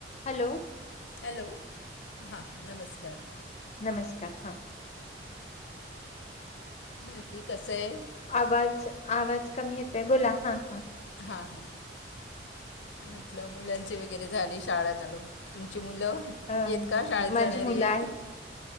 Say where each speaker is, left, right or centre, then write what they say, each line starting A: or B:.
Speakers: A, on the left; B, on the left.
A: Hello.
B: Hello, हा नमस्कार.
A: नमस्कार हा.
B: बाकी कसं. आहे
A: आवाज आवाज कमी येतयं बोला हा हा.
B: हा ह म्हटलं मुलांचे वगैरे झाले शाळा चालू तुमच्या. मूल मोठी
A: अ
B: शाळेत
A: माझी
B: जाणारी
A: मुलं
B: आहेत.